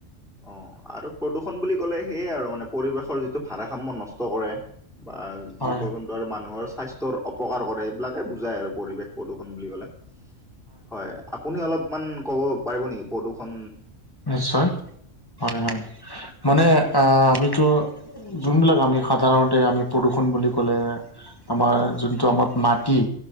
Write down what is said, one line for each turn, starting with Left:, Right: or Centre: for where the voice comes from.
Centre: অ' আৰু প্ৰদূষণ বুলি ক'লে সেয়াই আৰু মানে পৰিৱেশৰ যিটো ভাৰাসাম্য় নষ্ট কৰে। <unintelligible>
Left: হয়
Centre: জীৱ জন্তু আৰু মানুহৰ স্বাস্থ্যৰ অপকাৰ কৰে এইবিলাকে বুজাই আৰু পৰিৱেশ প্ৰদূষণ বুলি ক'লে। হয় আপুনি অলপমান ক'ব পাৰিব নেকি প্ৰদূৰষণ
Left: নিশ্চয় হয় হয়, মানে আহ আমিতো যোনবিলাক আমি সাধাৰণতে আমি প্ৰদূষণ বুলি ক'লে। আমাৰ যোনটো আমাৰ মাটি